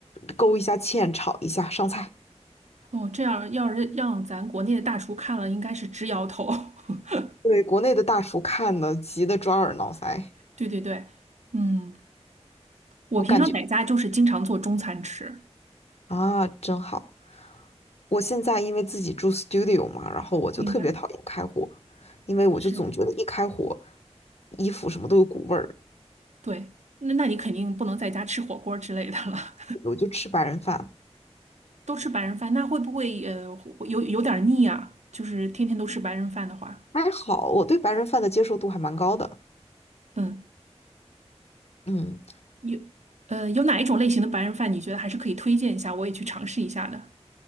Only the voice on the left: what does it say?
勾一下芡，炒一下，上菜。
对，国内的大厨看的急得抓耳挠腮，
我感觉啊，真好。我现在因为自己住 studio 嘛，然后我就特别讨厌开火，
因为我就总觉得一开火，
衣服什么都有股味儿，
我就吃白人饭。
还好，我对白人饭的接受度还蛮高的。
嗯，